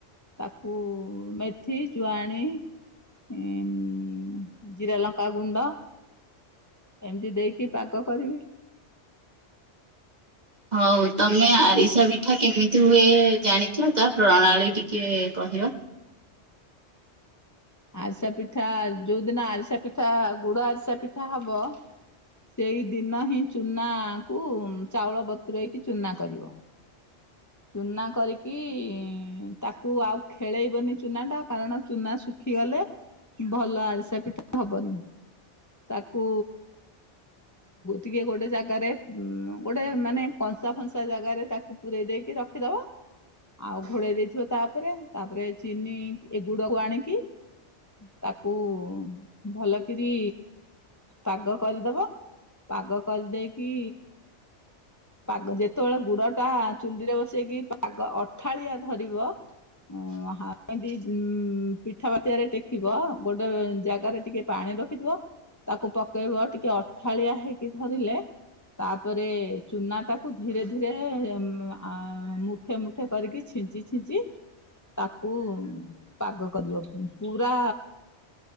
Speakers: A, on the left; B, on the right.
A: ତାକୁ ମେଥି, ଜୁଆଣି ଉମ୍ ଜିରା, ଲଙ୍କା ଗୁଣ୍ଡ ଏମିତି ଦେଇକି ପାଗ କରିବି।
B: ହଉ ତମେ ଆରିସା ପିଠା କେମିତି ହୁଏ ଜାଣିଛ ତା ପ୍ରଣାଳୀ ଟିକେ କହିବ?
A: ଆରିସା ପିଠା ଯୋଉଦିନ ଆରିସା ପିଠା ଗୁଡ଼ ଆରିସା ପିଠା ହବ। ସେଇଦିନ ହିଁ ଚୂନାକୁ ଚାଉଳ ବତୁରାଇକି ଚୂନା କରିବ। ଚୁନା କରିକି ତାକୁ ଆଉ ଖେଳେଇବନି ଚୁନା ଟା କାରଣ ଚୁନା ଶୁଖିଗଲେ ଭଲ ଆରିସା ପିଠା ହବନି। ତାକୁ ଟିକିଏ ଗୋଟେ ଜାଗାରେ ଗୋଟେ ମାନେ କଂସା ଫଂସା ଜାଗାରେ ତାକୁ ପୁରେ ଇ ଦେଇକି ରଖିଦବ। ଆଉ ଘୋଡ଼େଇ ଦେଇଥିବ ତାପରେ ତାପରେ ଚିନି ଏ ଗୁଡକୁ ଆଣିକି ତାକୁ ଭଲକିରି ପାଗ କରିଦବ। ପାଗ କରିଦେଇକି ପାଗ ଯେତେବେଳେ ଗୁଡ ଟା ଚୁଣ୍ଡିରେ ବସେଇକି ପାଗ ଅଠାଳିଆ ଧରିବ ହ ଏମତି ପିଠା ବାତିଆ ରେ ଟେକିବ ଗୋଟେ ଜାଗାରେ ଟିକେ ପାଣି ରଖିଥିବ ତାକୁ ପକେଇବ ଟିକେ ଅଠାଳିଆ ହେଇକି ଧରିଲେ ତାପରେ ଚୂନାଟାକୁ ଧୀରେ ଧୀରେ ଆ ମୁଠେ ମୁଠେ କରିକି ଛିଞ୍ଚି ଛିଞ୍ଚି ତାକୁ ପାଗ କରିବ ପୁରା